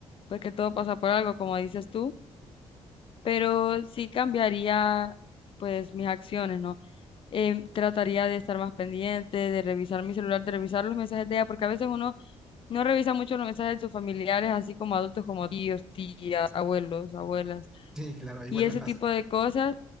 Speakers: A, on the left (about 50°); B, in the centre.
A: porque todo pasa por algo, como dices tú, pero sí cambiaría pues mis acciones, ¿no? Em, trataría de estar más pendiente, de revisar mi celular, de revisar los mensajes de ella, porque a veces uno no revisa mucho los mensajes de sus familiares, así como adultos, como tíos, tías, abuelos, abuelas,
B: Sí, claro, igual
A: y ese
B: me pasa.
A: tipo de cosas